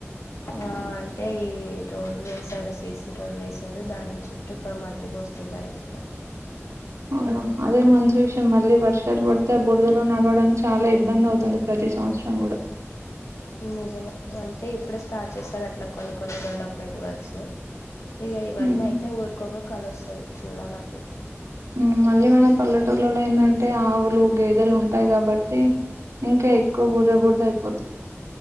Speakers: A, on the left; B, on the right.
A: ఆ అంటే ఈ రోడ్డు వేసారు సీసీ రోడ్డు వేసారు. దాని చుట్టూ ఇప్ మట్టి పోస్తున్నారు ఇప్పుడే.
B: అవునా అదే మంచి విషయం. మళ్ళీ వర్షాలు పడితే బురదలో నడవడం చాలా ఇబ్బంది అవుతుంది ప్రతి సంవత్సరం గూడా.
A: నిజమే అంతే ఇప్పుడే స్టార్ట్ చేసారు అట్లా కొన్ని కొన్ని డెవలప్మెంట్ వర్క. ర్క్స్ ఇగ ఇవన్నీ
B: ఉమ్,
A: అయితే ఊరికొక కళ వస్తది చూడాలి అప్పుడు.
B: ఉమ్ మళ్ళీ మన పల్లెటూర్లలో ఏందంటే ఆవులు గేదెలు ఉంటాయి కాబట్టి. ఇంకా ఎక్కువ బుర్ద బుర్ద అయిప్